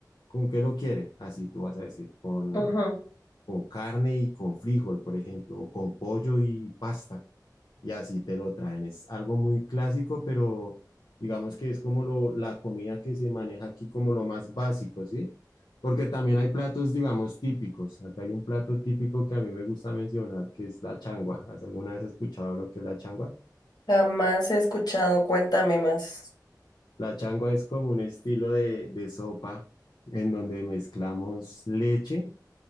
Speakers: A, on the left; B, on the left.
A: ¿Con qué lo quiere? Así tú vas a decir, con,
B: Ujú.
A: con carne y con frijol, por ejemplo, o con pollo y pasta y así te lo traen. Es algo muy clásico, pero digamos que es como lo, la comida que se maneja aquí como lo más básico, ¿sí? Porque también hay platos, digamos, típicos. Acá hay un plato típico que a mí me gusta mencionar, que es la changua. ¿Has alguna vez escuchado lo que es la changua?
B: Jamás he escuchado, cuéntame más.
A: La changua es como un estilo de, de sopa en donde mezclamos leche